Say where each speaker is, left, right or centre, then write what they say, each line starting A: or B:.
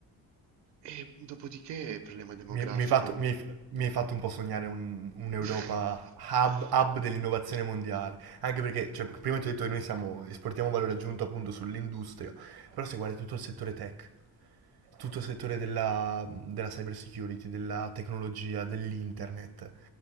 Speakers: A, on the right; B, on the right.
A: E dopodiché il problema demografico...
B: Mi, mi hai fatto, mi hai- mi hai fatto un po' sognare un- un'Europa
A: <laughs>
B: hub, hub dell'innovazione mondiale, anche perché cioè, prima ti ho detto che noi siamo, esportiamo valore aggiunto appunto sull'industria, però se guardi tutto il settore tech, tutto il settore della, della cyber security, della tecnologia, dell'internet,